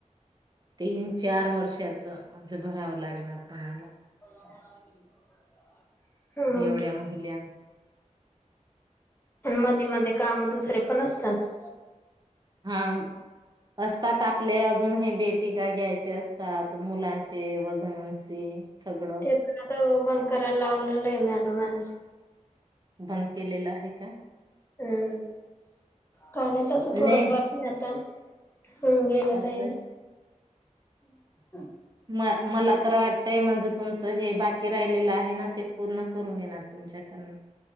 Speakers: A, on the right; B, on the left.
A: तीन चार वर्षाचा. माणसं भरावं लागणार तुम्हाला.
B: <inaudible> मग
A: एवढ्या महिल्या.
B: मध्ये-मध्ये कामं दुसरे पण असतात.
A: आं, असतात आपले आजून हे बेटी का ग्यायचे अस् तात मुलांचे वजनांचे सगडं.
B: ते पण आता बंद कराय लावलेलाय मॅडमाने.
A: बंद केलेला आहे का?
B: हम्म, काय नाही तसं थोडच
A: नाही
B: बकी ए आता होऊन गेलेलं
A: असं
B: अए. <inaudible>
A: म, मला तर वाट ते म्हणजे तुमचं हे बाकी राहिलेलं आहे ना ते पूर्ण करून घेणार तुमच्याकडनं.